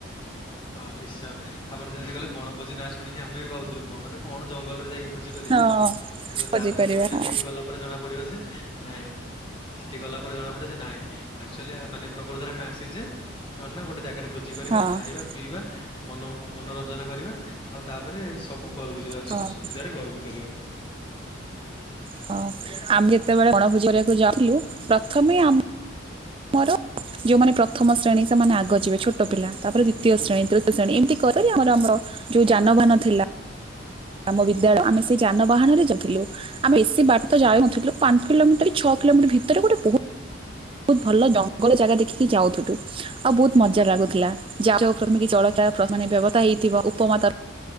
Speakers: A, on the left (about 25°); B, on the right (about 25°).
A: ହଁ ନିଶ୍ଚୟ ଆପଣ ଯେମିତି କଇଲେ ବଣଭୋଜି ନାଁ ଶୁଣିକି ଆମେ ବି ଭାବୁଥିଲୁ ବଣରେ କଣ ଜଙ୍ଗଲରେ ଯାଇକି ଭୋ ଜି କରିଆ
B: ହଁ
A: ତ
B: ଭୋଜି
A: ତାପରେ
B: କରିବା
A: ଯୋ ସେଠିକି
B: ହଁ।
A: ଗଲା ପରେ ଜଣା ପଡିବ ଯେ ନାଇଁ ସେଠି ଗଲା ପରେ ଜଣା ପଡେ ଯେ ନାଇଁ ଆକଚୁଆଲି ଆମମାନେ ପ୍ରକୃତରେ ଆମେ ଆସିଚେ କଣ ନା ଗୋଟେ ଜାଗାରେ ଭୋଜି କରିବା
B: ହଁ
A: ଖାଇବା ପିଇବା ମନ ମନୋରଞ୍ଜନ କରିବା ଆଉ ତାପରେ ସବୁ ଘରକୁ ଯିବା
B: ହଁ
A: ସୁ ସୁବିଧାରେ ଘରକୁ ଫେରିବା।
B: ହଁ ଆମେ ଯେତେବେଳେ ବଣଭୋଜି କରିବାକୁ ଯାଉଥିଲୁ ପ୍ରଥମେ ଆମ ମୋର ଯୋଉମାନେ ପ୍ରଥମ ଶ୍ରେଣୀ ସେମାନେ ଆଗ ଯିବେ ଛୋଟ ପିଲା ତାପରେ ଦ୍ୱିତୀୟ ଶ୍ରେଣୀ ତୃତୀୟ ଶ୍ରେଣୀ ଏମିତି କରି କରି ଆମର ଆମର ଯୋଉ ଯାନବାହାନ ଥିଲା ଆମ ବିଦ୍ୟାଳୟ ଆମେ ସେଇ ଯାନବାହାନରେ ଯାଉଥିଲୁ ଆମେ ବେଶୀ ବାଟ ଯାଉନଥିଲୁ ପାଞ୍ଚ କିଲୋମିଟର କି ଛଅ କିଲୋମିଟର ଭିତରେ ଗୋଟେ ବହୁ ତ ଭଲ ଜଙ୍ଗଲ ଜାଗା ଦେଖିକି ଯାଉଥିଲୁ ଆଉ ବହୁତ ମଜା ଲାଗୁଥିଲା ଯାଉ ଯାଉ ପ୍ରଥମେ କିଛି ଜଳଖି ମାନେ ବ୍ୟବସ୍ଥା ହେଇଥିବ ଉପମା ତ